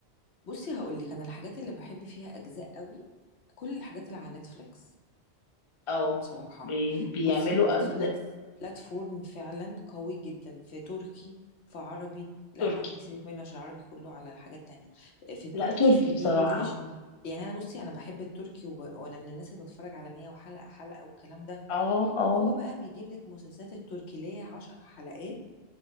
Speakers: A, on the left; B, on the left.
A: بصي هقول لك انا الحاجات اللي بحب فيها اجزاء قوي كل الحاجات اللي على نتفليكس
B: اه
A: بصراحة
B: بي... بيعملوا
A: بُصّي Netflix
B: أجزاء
A: platform فعلًا قوي جدًا في تركي، في عربي لأ
B: تركي
A: عربي سيبِك منه عشان العربي كله على حاجات تانية، في التركي،
B: لا تركي
A: في
B: بصراحه
A: الEnglish يعني أنا بُصّي أنا باحب التركي وب وأنا من الناس اللي باتفرّج على 100 وحلقة حلقة والكلام ده،
B: اه اه
A: هو بقى بيجيب لِك المسلسلات التركي اللي هي 10 حلقات